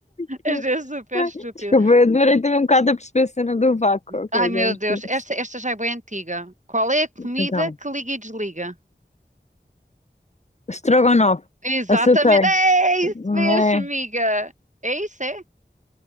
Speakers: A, on the left; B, on the right.
A: que
B: Esta
A: horror.
B: é super
A: Ai,
B: estúpida.
A: Desculpa, eu demorei também um bocado a perceber a cena do vácuo. Ok,
B: Ai, meu
A: já
B: Deus,
A: percebi.
B: esta, esta já é bem antiga. Qual é a comida
A: Então,
B: que liga e desliga?
A: Strogonoff.
B: Exatamente,
A: Acertei.
B: é
A: É.
B: isso mesmo, amiga. É isso, é?